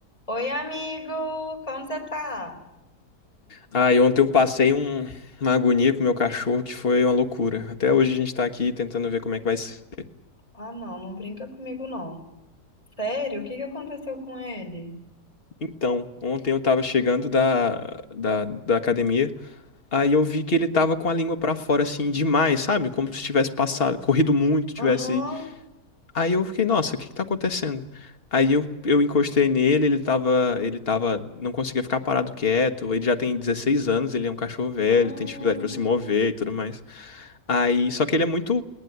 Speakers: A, on the left (about 20°); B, on the left (about 35°).
A: Oi, amigo! Como você tá?
B: Ah, e ontem eu passei um- uma agonia com o meu cachorro que foi uma loucura. Até hoje a gente tá aqui tentando ver como é que vai ser.
A: Ah, não, não brinca comigo, não. Sério? O que que aconteceu com ele?
B: Então, ontem eu tava chegando da, da, da academia, aí eu vi que ele tava com a língua pra fora assim demais, sabe? Como se tivesse passado, corrido muito, tivesse
A: Aham.
B: Aí eu fiquei, nossa, o que que tá acontecendo? Aí eu, eu encostei nele, ele tava, ele tava, não conseguia ficar parado quieto, ele já tem 16 anos, ele é um cachorro velho,
A: Ah.
B: tem dificuldade pra se mover e tudo mais. Aí, só que ele é muito